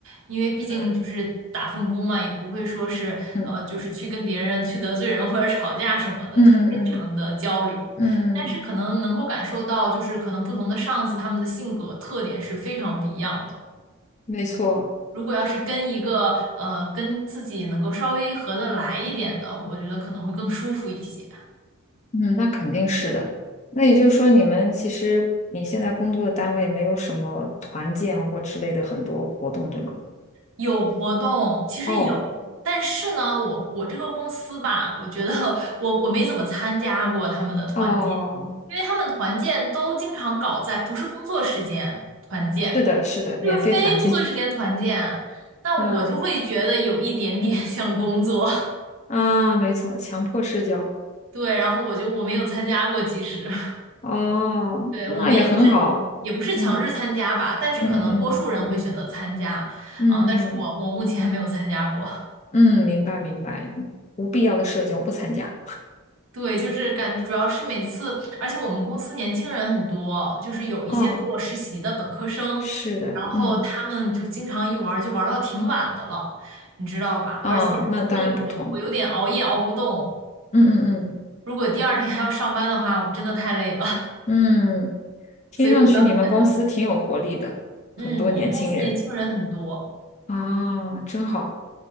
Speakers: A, on the right; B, on the left.
A: 因为毕竟就是打份工嘛，
B: 嗯
A: 也不会说是呃，
B: 嗯
A: 就是去跟别人去得罪人或者吵架什么的，
B: 嗯嗯嗯
A: 就是正常的交流。
B: 嗯，
A: 但是可能能够感受到，
B: 嗯，
A: 就是可能不同的上司他们的性格特点是非常不一样的。
B: 没错，
A: 如果要是跟一个呃跟自己能够稍微合得来一点的，我觉得可能会更舒服一些。
B: 嗯，那肯定是的。那也就是说，你们其实你现在工作的单位没有什么团建或之类的很多活动，对吗？
A: 有活动，其实有，
B: 哦
A: 但是呢，我我这个公司吧，我觉得我我没怎么参加过他们的团建，
B: 哦，
A: 因为他们团建都经常搞在不是工作时间团建，
B: 是的，是的，
A: 就是非工作时间团建，
B: 免费团建，<laughs>
A: 那我就会觉得有一点点
B: 啊
A: <laughs> 像工作。
B: 啊，没错，强迫社交。
A: 对，然后我就我没有参加过，其实 <laughs>，
B: 哦，
A: 对，
B: 那也很好。
A: 我们也不是也不是强制参加吧，
B: 嗯
A: 但是可能多数人会选择参加啊，
B: 嗯嗯嗯嗯
A: 但是我我目前还没有参加过。
B: 嗯，明白明白。无必要的社交我不参加。
A: 对，就是感觉主要是每次，而且我们公司年轻人很多，就是有一些做实习的本科生，
B: 哦，是的，
A: 然后他们就经常一玩儿就玩儿到挺晚的了，
B: 嗯
A: 你知道吧？
B: 啊，
A: 而且，
B: 那当然不同。
A: 所以我我有点熬夜熬不动，
B: 嗯嗯
A: 如果第二天还要上班的话，我真的太累了，
B: 嗯嗯，
A: <laughs>
B: 听上去你们公司挺有活力的，
A: 所以我一般不跟他们。嗯，
B: 很多年轻人
A: 我们公司年轻人很多。
B: 啊，真好。